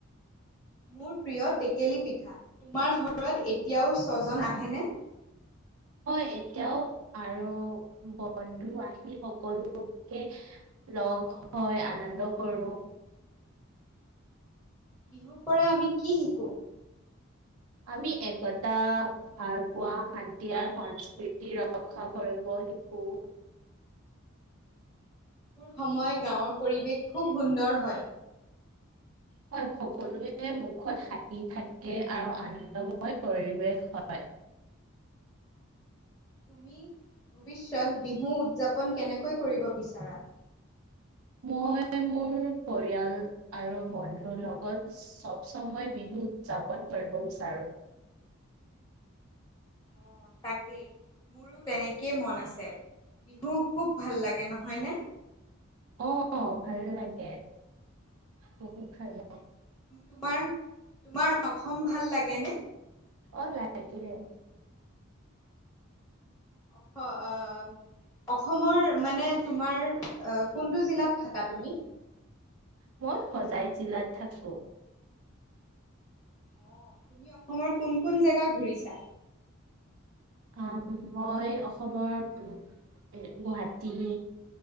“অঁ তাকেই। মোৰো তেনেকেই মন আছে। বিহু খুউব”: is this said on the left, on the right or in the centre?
Left